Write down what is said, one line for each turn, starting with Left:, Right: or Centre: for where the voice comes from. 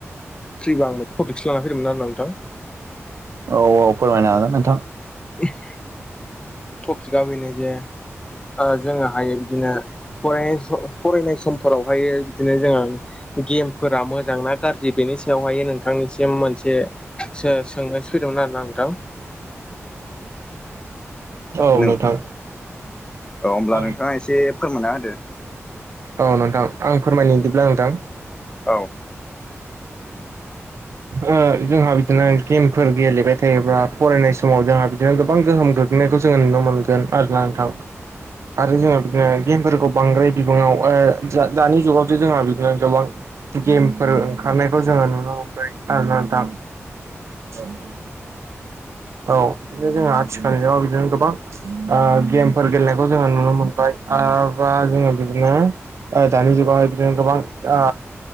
Left: फ्रिबा आं टपिकसो लाना फैदोंमोन आरो नोंथां।
Right: औ औ फोरमायनो हागोन नोंथां।
Left: <unintelligible> टपिका बेनो जे ओ जोङोहायो बिदिनो फरायनाय सम फरायनाय समफोरावहाय बिदिनो जोंहा गेमफोरा मोजांना गाज्रि बेनि सायावहाय नोंथांनिसिम मोनसे सो-सोंनो सफैदोंमोन आरोना नोंथां।
Right: औ
Left: नों
Right: नोंथां।
Left: औ होमब्ला
Right: <unintelligible>
Left: नोंथाङा एसे फोरमायना होदो
Right: औ नोंथां आं फोरमायनो बिदिब्ला नोंथां।
Left: औ।
Right: ओ जोंहा बिदिनो गेमफोर गेलेबाय थायोब्ला फरायनाय समाव जोंहा बिदिनो गोबां गोहोम गो ग्लैनायखौ जोङो नुनो मोनगोन आरोना नोंथां। आरो जोंहा बिदिनो गेमफोरखौ बांद्राय बिबांआव ओ जा दानि जुगावसो जोंहा बिदिनो गोबां गेमफोर ओंखारनायखौ जोङो नुनो आरोना नोंथां। औ औ। औ बिदिनो जोंहा आथिखाल जुगाव बिदिनो गोबां ओ गेमफोर गेलेनायखौ जोङो नुनो मोनबाय आरोबा जोङो बिदिनो ओ दानि जुगावहाय बिदिनो गोबां ओ